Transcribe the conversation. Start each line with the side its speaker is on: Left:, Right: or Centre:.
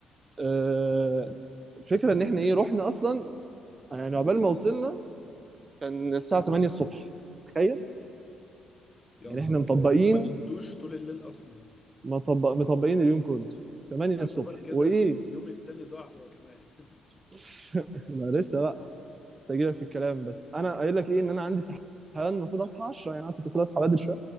Right: آه الفكره ان احنا ايه رحنا اصلا يعني عقبال ما وصلنا كان الساعه 8 الصبح تخيل
Left: يا
Right: يعني
Left: نهار
Right: احنا مطبقين
Left: ابيض يعني انتوا ما نمتوش طول الليل اصلا
Right: مطبق مطبقين اليوم كله 8
Left: ده يعتبر
Right: الصبح
Left: كده
Right: وايه
Left: ال- اليوم التاني ضاع هو كمان <laughs>
Right: <laughs> لا لسه بقى لسه هجيلك في الكلام بس انا قايل لك ايه ان انا عندي صحيان المفروض اصحى 10 يعني انا كنت المفروض اصحى بدري شويه